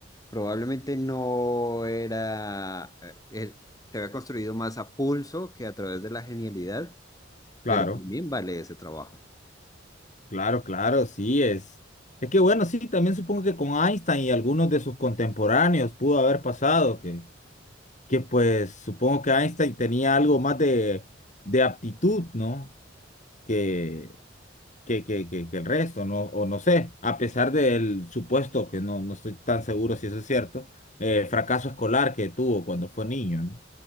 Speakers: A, on the left; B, on the left.
A: Probablemente no era, eh, él se había construido más a pulso que a través de la genialidad,
B: claro.
A: pero también vale ese trabajo.
B: Claro, claro, sí es. Es que bueno, sí, también supongo que con Einstein y algunos de sus contemporáneos pudo haber pasado, que, que pues supongo que Einstein tenía algo más de, de aptitud, ¿no? Que, que, que, que, que el resto, ¿no? O no sé, a pesar del supuesto, que no, no estoy tan seguro si eso es cierto, eh, fracaso escolar que tuvo cuando fue niño, ¿no?